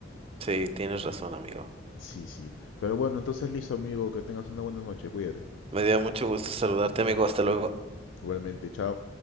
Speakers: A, on the right (about 30°); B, on the left (about 80°).
A: Sí, tienes razón, amigo.
B: Sí, sí. Pero bueno, entonces listo, amigo, que tengas una buena noche, cuídate.
A: Me dio mucho gusto saludarte, amigo. Hasta luego.
B: Igualmente, chao.